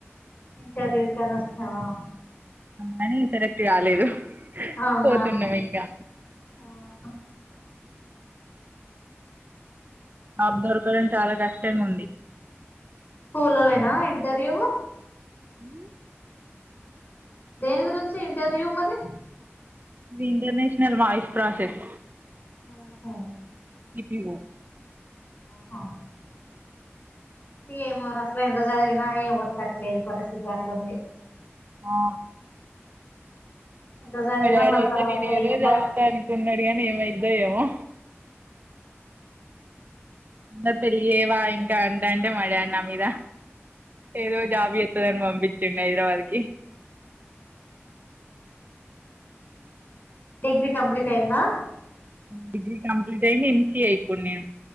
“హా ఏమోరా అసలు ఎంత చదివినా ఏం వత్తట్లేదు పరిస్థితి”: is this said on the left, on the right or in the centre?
Left